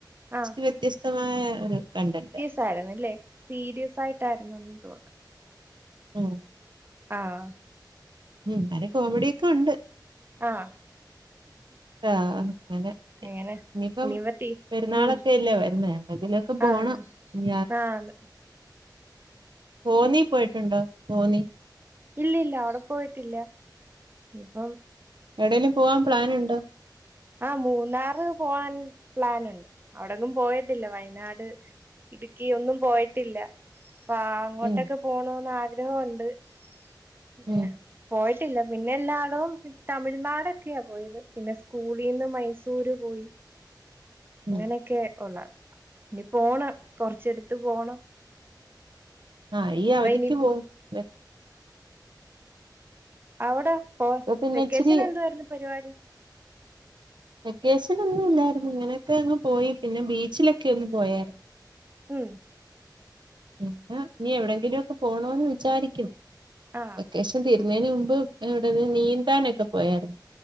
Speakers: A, on the right; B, on the right.
A: ആഹ്
B: ഇച്‌രി വ്യത്യസ്തമായ ഒരു കണ്ടന്റാ.
A: തരണില്ലേ? സി ഡി എഫായിട്ടായിരുന്നെന്ന് തോന്ന്-
B: ഉം
A: ആഹ്.
B: ഉം. നല്ലകോമഡിയൊക്കെ ഉണ്ട്
A: ആഹ്
B: ആഹ് അങ്ങനെ.
A: അങ്ങനെ
B: ഇനിയിപ്പം
A: ഇനി പറ്റി
B: പെരുന്നാളൊക്കെയല്ലെ
A: ഉം
B: വരുന്നെ, അതിലൊക്കെ പോണം.
A: ആന്ന്
B: ഉം
A: ആന്ന്
B: കോന്നീ പൊയ്ട്ട്ണ്ടോ? കോന്നി
A: ഇല്ല ഇല്ല അവടെ പോയിട്ടില്ല. ഇപ്പം
B: എവടേലും പോവാൻ പ്ലാന്ണ്ടോ?
A: ആഹ് മൂന്നാറ് പോവാൻ പ്ലാന്ണ്ട്. അവിടെങ്ങും പോയിട്ടില്ല വയനാട്- ഇടുക്കി ഒന്നും പോയിട്ടില്ല. പ്പാആ അങ്ങോട്ടൊക്കെ
B: ഉം
A: പോണോന്ന് ആഗ്രഹൊണ്ട്. പിന്നെ-
B: ഉം
A: പോയ്ട്ട്ല്ല പിന്നെ എല്ലാടവും തമിഴ്നാടൊക്കെയാ പോയത്. പിന്നെ- കൂളീന്ന് മൈസൂര് പോയി. അങ്ങനെക്കെ
B: ഉം
A: ഒള്ളെ. ഇനി പോണം കൊറച്ചെട്ത്ത് പോണം.
B: ആഹ് ഈ
A: അപ്പ
B: അവധിക്ക്
A: ഇനിയിപ്പ
B: പോവും. വെ-
A: അവടെ പോ
B: ഇപ്പൊ പിന്നെ
A: വെക്കേഷന്
B: ഇച്ചിരി
A: എന്തുവാര്ന്നു പര്വാടി?
B: വെക്കേഷന് ഒന്നും ഇല്ലായ്ര്ന്നു ഇങ്ങനെയൊക്കെ അങ്ങ് പോയി. പിന്നെ ബീച്ചിലൊക്കെ ഒന്ന് പോയാര്-
A: ഇമ്.
B: പിന്നെ നിഎവിടെങ്കിലും ഒക്കെ പോണോന്ന് വിചാരിക്കും.
A: ആ
B: വെക്കേഷൻ തീരുന്നതിന് മുമ്പ് ഇവിടെന്ന് നീന്താനൊക്കെ പോയായിരുന്നു.